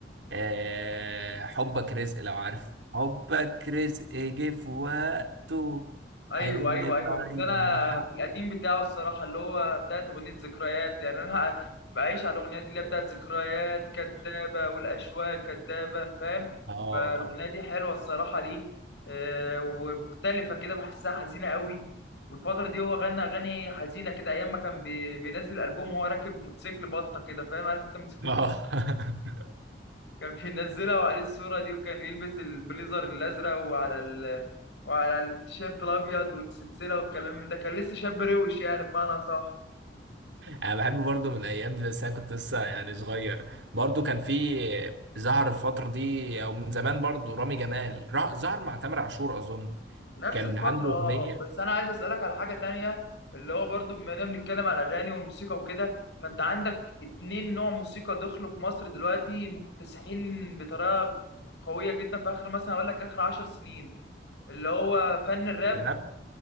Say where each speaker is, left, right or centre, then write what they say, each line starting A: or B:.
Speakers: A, on the right; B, on the left.
A: آه، حبك رزق لو عارف حبك رزق جه في وقته حلم
B: ايوه ايوه ايوه
A: بعيد
B: بس انا
A: وحق
B: في القديم بتاعه الصراحه اللي هو بتاعت اغنيه ذكريات يعني انا بعيش على الاغنيه دي اللي هي بتاعت ذكريات كدابه والاشواق كدابه فاهم
A: اه
B: فالاغنيه دي حلوه الصراحه ليه آه، ومختلفه كده بحسها حزينه قوي والفتره دي هو غنى اغاني حزينه كده ايام ما كان بي- بينزل البوم وهو راكب موتوسيكل بطه كده فاهم عارف انت موتوسيكل
A: اه <laughs>
B: كان بينزلها وعليه الصورة دي وكان يلبس البليزر الأزرق وعلى ال... وعلى التيشيرت الأبيض والسلسلة والكلام من ده كان لسه شاب روش يعني بمعنى صح
A: انا بحب برضه من الايام دي بس انا كنت لسه يعني صغير برضه كان في ظهر الفتره دي او من زمان برضه رامي جمال را- ظهر مع تامر عاشور اظن
B: نفس
A: كان
B: الفترة
A: عنده
B: اه
A: اغنيه
B: بس أنا عايز أسألك على حاجة تانية اللي هو برضو بما إننا بنتكلم على الأغاني والموسيقى وكده فأنت عندك اتنين نوع موسيقى دخلوا في مصر دلوقتي مكتسحين بطريقة قوية جدا في آخر مثلا أقول لك آخر عشر سنين اللي هو فن الراب
A: راب